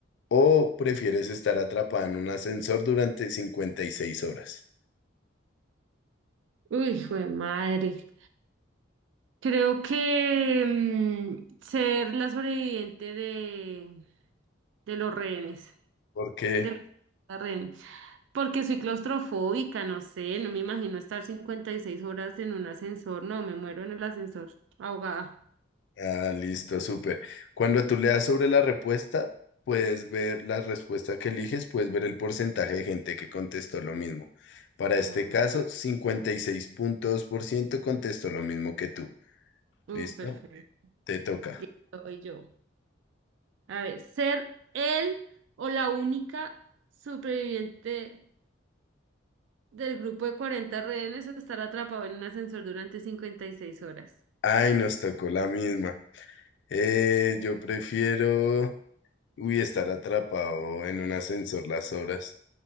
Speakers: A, on the left; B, on the right.
A: o prefieres estar atrapada en un ascensor durante 56 horas?
B: Uy, hijo de madre. Creo que mm, ser la sobreviviente de, de los rehenes,
A: Porque
B: de los rehenes, porque soy claustrofóbica, no sé, no me imagino estar 56 horas en un ascensor, no, me muero en el ascensor, ahogada.
A: Ah, listo, súper. Cuando tú le das sobre la respuesta, puedes ver la respuesta que eliges, puedes ver el porcentaje de gente que contestó lo mismo. Para este
B: Mm,
A: caso, cincuenta y seis punto dos por ciento contestó lo mismo que tú.
B: Uh,
A: ¿Listo?
B: perfecto.
A: Te toca.
B: Soy yo. A ver, ser él o la única superviviente del grupo de 40 rehenes a estar atrapado en un ascensor durante cincuenta y seis horas.
A: Ay, nos tocó la misma. Eh, yo prefiero, uy, estar atrapado en un ascensor las horas